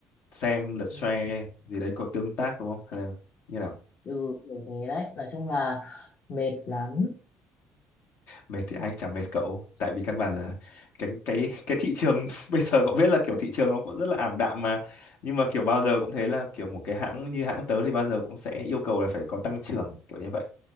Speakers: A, on the left; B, on the left.
A: xem, lượt
B: Ừ,
A: share gì đấy có tương tác đúng không? Hay là như nào?
B: ừ, kiểu thế đấy. Nói chung là mệt lắm.
A: Mệt thì ai chẳng mệt cậu, tại vì căn bản là cái cái cái thị trường <laughs> bây giờ cậu biết là kiểu thị trường nó cũng rất là ảm đạm mà. Nhưng mà kiểu bao giờ cũng thế là kiểu một cái hãng như hãng tớ thì bao giờ cũng sẽ yêu cầu là phải có tăng trưởng kiểu như vậy